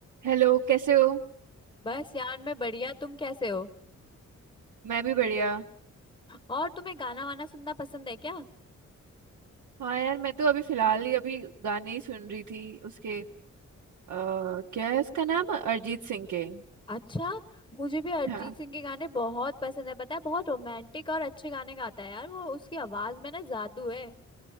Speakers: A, on the right (about 75°); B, on the left (about 15°).
A: Hello कैसे हो
B: बस यार मैं बढ़िया तुम कैसे हो
A: मैं भी बढ़िया
B: और तुम्हें गाना वाना सुनना पसंद है क्या
A: हाँ यार मैं तो अभी फिलहाल ही अभी गाने ही सुन रही थी उसके आ, क्या है उसका नाम अरिजीत सिंह के
B: अच्छा मुझे भी अरिजीत
A: हाँ
B: सिंह के गाने बहुत पसंद है पता है बहुत रोमांटिक और अच्छे गाने गाता है यार वो उसकी आवाज में ना जादू है